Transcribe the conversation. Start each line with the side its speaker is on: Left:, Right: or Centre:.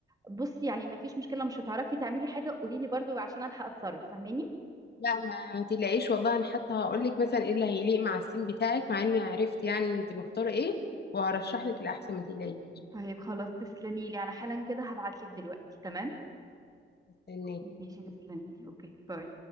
Right: بصي يعني مفيش مشكله مش هتعرفي تعملي حاجه قولي لي برضه عشان الحق اتصرف فاهماني
Left: لا ما, ما تقلقيش والله انا حتى هقول لك مثلا ايه اللي هيليق مع السين بتاعك مع اني عرفت يعني انت مختارة ايه وهرشح لك الاحسن ما تقلقيش
Right: طيب خلاص تسلمي لي انا حالا كده هبعت لك دلوقتي تمام
Left: استناكي
Right: ماشي تسلمي لي اوكي باي